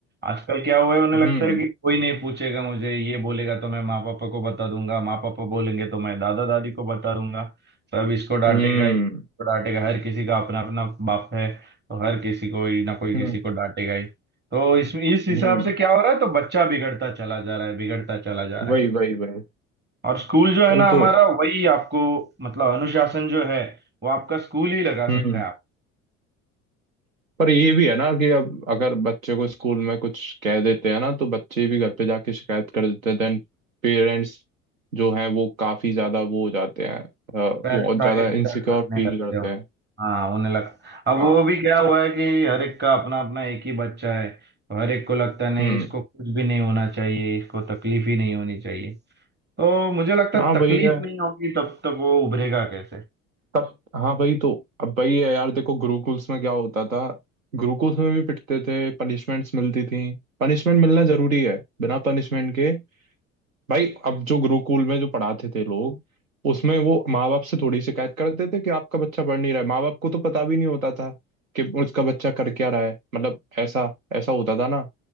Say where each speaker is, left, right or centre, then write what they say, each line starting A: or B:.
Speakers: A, on the right; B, on the right.
A: आजकल क्या हुआ है उन्हें
B: हम्म
A: लगता है कि कोई नहीं पूछेगा मुझे ये बोलेगा तो मैं माँ पापा को बता दूंगा माँ पापा बोलेंगे तो मैं दादा दादी को बता दूंगा सब इसको डांटेगा
B: हम्म
A: ये इसको डांटेगा हर किसी का अपना अपना बाप है तो हर किसी को ही ना कोई
B: हम्म
A: किसी को डांटेगा ही तो इसमें इस हिसाब
B: हम्म
A: से क्या हो रहा है तो बच्चा बिगड़ता चला जा रहा है बिगड़ता चला जा रहा
B: वही
A: है
B: वही वही
A: और स्कूल जो है
B: वही
A: ना हमारा
B: तो
A: वही आपको मतलब अनुशासन जो है वो आपका स्कूल ही लगा
B: हम्म
A: सकता है आप
B: पर ये भी है ना कि अब अगर बच्चे को स्कूल में कुछ कह देते हैं ना तो बच्चे भी घर पे जाके शिकायत कर देते हैं देन पेरेंट्स जो हैं वो काफी ज्यादा वो हो जाते हैं अ,
A: पेरेंट्स
B: बहुत ज्यादा
A: आके सीधा
B: इनसिक्योर
A: डांटने
B: फील
A: लगते
B: करते
A: हो
B: हैं
A: हाँ उन्हें लगता अब
B: हाँ
A: वो भी क्या हुआ है कि हर एक का अपना अपना एक ही बच्चा है तो हर एक को लगता है नहीं
B: हम्म
A: इसको कुछ भी नहीं होना चाहिए इसको तकलीफ ही नहीं होनी चाहिए तो मुझे लगता
B: हाँ
A: है
B: वही
A: तकलीफ
B: है
A: नहीं होगी तब तक वो उभरेगा कैसे
B: तब हाँ भाई तो अब भाई ये यार देखो गुरुकुल्स में क्या होता था गुरुकुल्स में भी पिटते थे पनिशमेंट्स मिलती थी पनिशमेंट मिलना जरूरी है बिना पनिशमेंट के भाई अब जो गुरुकुल में जो पढ़ाते थे लोग उसमें वो माँ बाप से थोड़ी शिकायत करते थे कि आपका बच्चा पढ़ नहीं रहा है माँ बाप को तो पता भी नहीं होता था कि उसका बच्चा कर क्या रहा है मतलब ऐसा ऐसा होता था ना